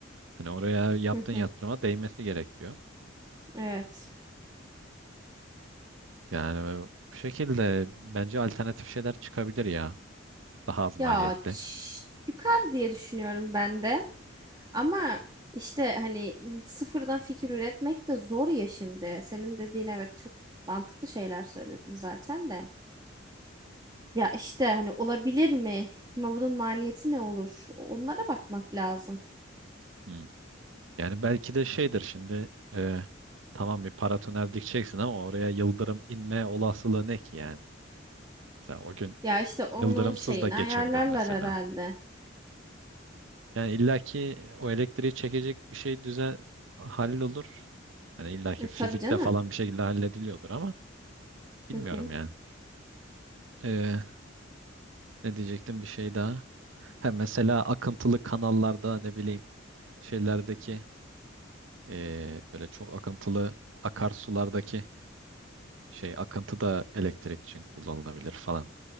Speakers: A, on the right; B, on the right.
A: Hani oraya yaptığın
B: Hı hı.
A: yatırıma değmesi gerekiyor.
B: Evet.
A: Yani bu şekilde bence alternatif şeyler çıkabilir ya. Daha az maliyetli.
B: Ya ç- çıkar diye düşünüyorum ben de. Ama işte hani sıfırdan fikir üretmek de zor ya şimdi. Senin dediğin evet çok mantıklı şeyler söyledin zaten de. Ya işte hani olabilir mi? Ama bunun maliyeti ne olur? Onlara bakmak lazım.
A: Hmm. Yani belki de şeydir şimdi e, tamam bir paratoner dikeceksin ama oraya yıldırım inme olasılığı ne ki yani? Mesela o gün
B: Ya işte onun
A: yıldırımsız
B: şeyini
A: da geçebilir
B: ayarlarlar
A: mesela.
B: herhalde.
A: Yani illaki o elektriği çekecek bir şey düzen hallolur. Hani illaki
B: E,
A: fizikte
B: tabii canım.
A: falan bir şekilde hallediliyordur ama bilmiyorum
B: Hı hı.
A: yani. E, ne diyecektim bir şey daha. Ha, mesela akıntılı kanallarda ne bileyim şeylerdeki Ee, böyle çok akıntılı akarsulardaki şey akıntı da elektrik için kullanılabilir falan.